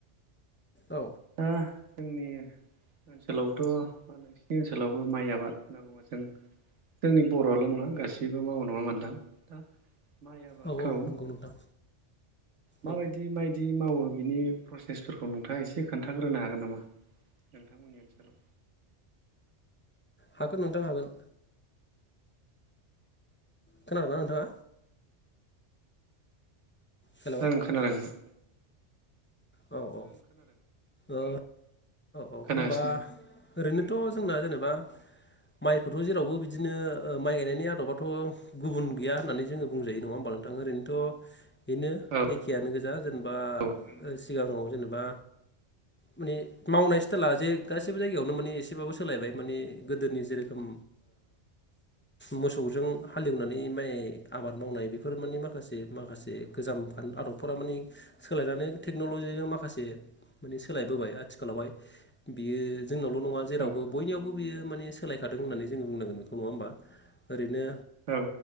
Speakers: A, on the left; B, on the right.
A: औ
B: नोंथाङा जोंनि ओनसोलावबोथ' नोंसिनि ओनसोलावबो माइ आबाद होनना बुङो जों जोंनि बर'आल' नङा गासैबो मावो नङा होनबा नोंथां दा माइ आबादखौ
A: औ औ नंगौ नोंथां
B: माबायदि
A: औ
B: मायदि मावो बिनि प्रसेसफोरखौ नोंथाङा एसे खोन्थाग्रोनो हागोन नामा? नोंथांमोननि ओनसोलाव
A: हागोन नोंथां हागोन खोनादोंनख नोंथाङा? हेलौ
B: ओं खोनादोंनो।
A: औ औ औ औ
B: खोनागासिनो
A: होनबा ओरैनोथ' जोंना जेनेबा माइखौथ' जेरावबो बिदिनो माइ गायनायनि आदबाथ' गुबुन गैया होननानै जोङो बुंजायो नङा होमबालाय बुंनो थाङो ओरैनोथ' बेनो
B: औ
A: एखेयानो गोजा जेनेबा
B: औ
A: सिगाङाव जेनेबा माने मावनाय स्टाइला जे गासैबो जायगायावनो माने एसेबाबो सोलायबाय माने गोदोनि जेरोखोम मोसौजों हालेवनानै माइ आबाद मावनाय बेफोर मान माखासे माखासे गोजाम आदबफोरा माने सोलायनानै टेक्न'लजिजों माखासे माने सोलायबोबाय आथिखालावहाय बियो जोंनावल' नङा जेरावबो
B: औ
A: बयनियावबो बियो माने सोलायखादों होननानै जोंङो बुंनांगोन बेखौ नङा होमबा! ओरैनो
B: औ